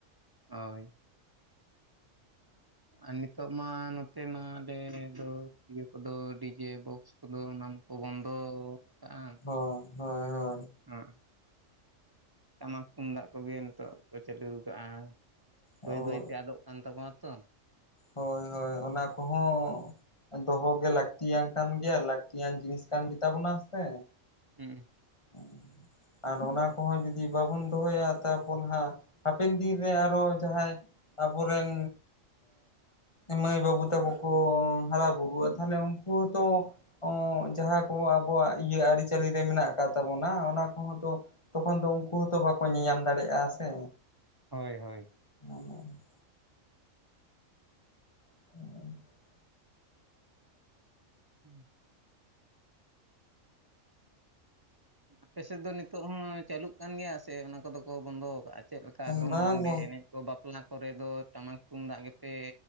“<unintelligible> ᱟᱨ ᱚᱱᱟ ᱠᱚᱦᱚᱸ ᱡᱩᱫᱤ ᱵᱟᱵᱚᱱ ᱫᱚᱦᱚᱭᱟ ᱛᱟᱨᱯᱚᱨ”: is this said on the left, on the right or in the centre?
Left